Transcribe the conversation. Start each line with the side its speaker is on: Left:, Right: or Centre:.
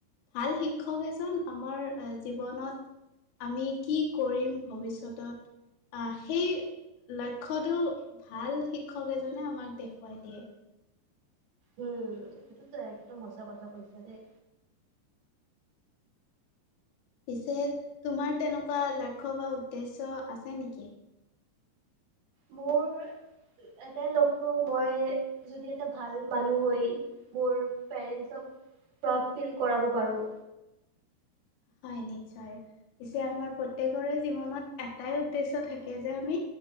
Left: ভাল শিক্ষক এজন আমাৰ জীৱনত আমি কি কৰিম ভৱিষ্যতত আহ সেই লক্ষ্যটো ভাল শিক্ষক এজনে আমাক দেখুৱাই দিয়ে
Right: উম এইটোতো একদম সচা কথা কৈছা দেই
Left: পিছে তোমাৰ তেনেকুৱা লক্ষ্য বা উদ্দেশ্য আছে নেকি?
Right: মোৰ এটাই লক্ষ্য মই যদি এটা ভাল মানুহ হৈ মোৰ পেৰেণ্টছক প্ৰাউড ফিল কৰাব পাৰো
Left: হয় নিশ্চয় পিছে আমাৰ প্ৰত্যেকৰে জীৱনত এটাই উদ্দেশ্য থাকে যে আমি